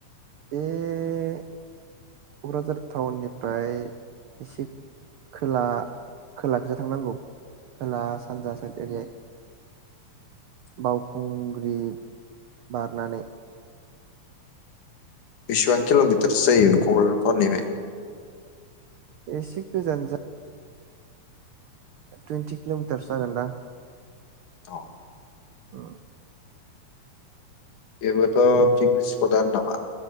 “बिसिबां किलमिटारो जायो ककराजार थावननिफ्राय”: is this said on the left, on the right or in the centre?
Left